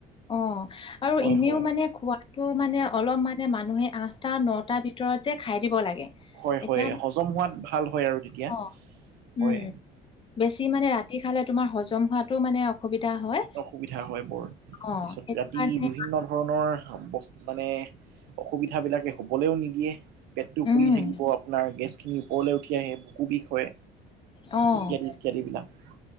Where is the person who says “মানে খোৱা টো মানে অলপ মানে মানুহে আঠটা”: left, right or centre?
Left